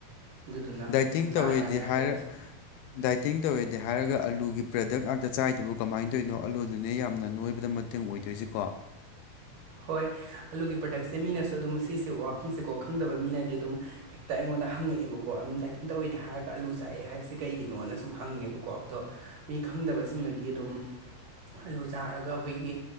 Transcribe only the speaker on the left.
ꯗꯥꯏꯇꯤꯡ
ꯇꯧꯋꯦꯗꯤ
ꯍꯥꯏꯔ
ꯗꯥꯏꯇꯤꯡ ꯇꯧꯋꯦꯗꯤ ꯍꯥꯏꯔꯒ ꯑꯥꯂꯨꯒꯤ ꯄ꯭ꯔꯗꯛ ꯉꯥꯛꯇ ꯆꯥꯏꯗꯨꯕꯨ ꯀꯃꯥꯏꯅ ꯇꯧꯔꯤꯅꯣ ꯑꯥꯂꯗꯨꯅꯦ ꯌꯥꯝꯅ ꯅꯣꯏꯕꯗ ꯃꯇꯦꯡ ꯑꯣꯏꯗꯣꯏꯁꯤꯀꯣ꯫